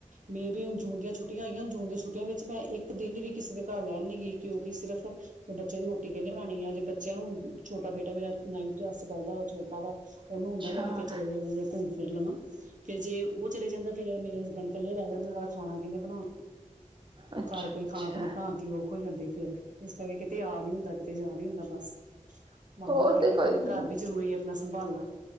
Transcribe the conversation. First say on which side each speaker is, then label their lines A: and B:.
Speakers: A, on the right; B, on the right.
A: ਮੇ ਬੀ ਹੁਣ ਜੂਨ ਦੀਆਂ ਛੁੱਟੀਆਂ ਹੋਈਆਂ, ਜੂਨ ਦੀਆਂ ਛੁੱਟੀਆਂ ਵਿੱਚ ਮੈਂ ਇੱਕ ਦਿਨ ਵੀ ਕਿਸੇ ਦੇ ਘਰ ਰਹਿਣ ਨੀ ਗਈ ਕਿਉਂਕਿ ਸਿਰਫ 'ਤੇ ਬੱਚੇ ਦੀ ਰੋਟੀ ਕਿੰਨੇ ਬਣਾਣੀ ਆ ਜੇ ਬੱਚਿਆਂ ਨੂੰ ਛੋਟਾ ਬੇਟਾ ਮੇਰਾ ਨਾਈਨਥ ਕਲਾਸ 'ਚ ਪੜ੍ਹਦਾ ਓ ਛੋਟਾ ਵਾ। ਉਨੂੰ
B: ਅੱਛਾ
A: ਹੁੰਦਾ ਮੈਂ ਕਿਤੇ ਚਲੇ ਜਾਈ ਆ ਘੁੰਮ ਫਿਰ ਲਵਾਂ। ਫੇਰ ਜੇ ਓ ਚਲੇ ਜਾਂਦਾ ਫਿਰ ਮੇਰੇ ਹਸਬੈਂਡ ਕੱਲੇ ਰਹਿ ਜਾਂਦੇ ਉਨਾਂ ਦਾ ਖਾਣਾ ਕਿੰਨੇ ਬਣਾ
B: ਅੱਛਾ
A: ਘਰ ਕੋਈ ਖਾਣਾ
B: ਅੱਛਾ
A: ਖੁਣਾ ਬਣਾਨ ਦੀ ਔਖੀ ਹੋ ਜਾਂਦੀ ਫਿਰ ਇਸ ਕਰਕੇ ਕਿਤੇ ਆ ਨੀ ਹੁੰਦਾ, ਕਿਤੇ ਜਾਂ ਨੀ ਹੁੰਦਾ ਬਸ। ਮਾੜਾ
B: ਉਹ
A: ਮੋਟਾ
B: ਤੇ
A: ਕੀ
B: ਕੋਈ
A: ਕਰੀਏ
B: ਨੀ
A: ਘਰ ਵੀ
B: ਹੈ
A: ਜ਼ਰੂਰੀ ਆ ਆਪਣਾ ਸੰਭਾਲਣਾ।